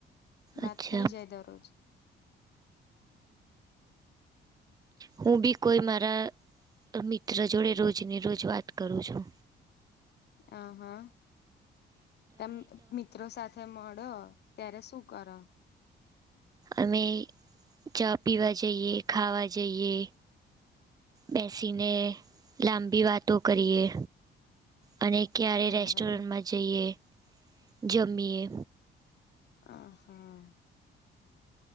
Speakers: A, on the left (about 55°); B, on the right (about 20°).
A: વાત
B: અચ્છા
A: થઈ જાય દરરોજ
B: હું બી કોઈ મારા મિત્ર જોડે રોજને રોજ વાત કરું છું.
A: આ હા તમે મિત્રો સાથે મળો ત્યારે શું કરો?
B: અમે ચા પીવા જઈએ, ખાવા જઈએ, બેસીને લાંબી વાતો કરીએ. અને ક્યારે
A: બરાબર
B: રેસ્ટોરન્ટમાં જઈએ જમીએ.
A: આ હા